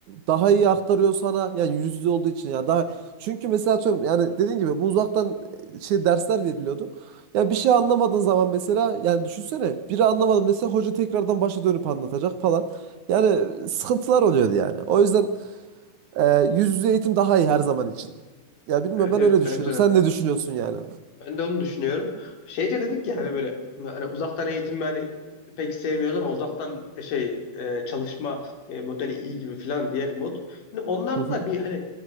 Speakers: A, on the right; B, on the left.
A: daha iyi aktarıyor sana. Yani yüz yüze olduğu için ya daha çünkü mesela atıyorum yani dediğin gibi bu uzaktan e, şey dersler veriliyordu. Ya bir şey anlamadığın zaman mesela yani düşünsene biri anlamadım dese hoca tekrardan başa dönüp anlatacak falan. Yani sıkıntılar oluyordu yani. O yüzden Ee, yüz yüze eğitim daha iyi her zaman için. Ya bilmiyorum
B: Evet
A: ben
B: evet
A: öyle düşünüyorum.
B: bence de.
A: Sen ne düşünüyorsun yani?
B: Ben de onu düşünüyorum. Şey de dedik ya hani böyle hani uzaktan eğitim hani pek sevmiyoruz ama uzaktan e, şey e, çalışma e, modeli iyi gibi falan diğer mod. Hani onlar
A: Hı hı.
B: da bir hani